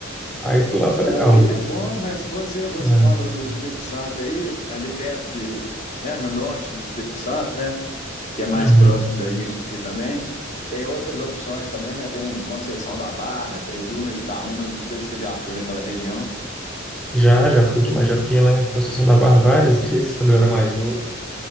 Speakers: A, in the centre; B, on the left.
A: Aí eu fui lá, foi
B: é,
A: legal.
B: o Rio é bom, mas você, você
A: Ah,
B: falou do Espírito Santo aí, ali perto de, né, no norte do Espírito Santo, né? Que é mais
A: uhum.
B: próximo da gente aqui também. Tem outras opções também, né? Tem Conceição da Barra, tem Dunas de Itaúnas, não sei se você já foi naquela região.
A: Já, já fui demais. Já fiquei lá em Conceição da Barra várias <laughs> vezes quando eu era mais novo.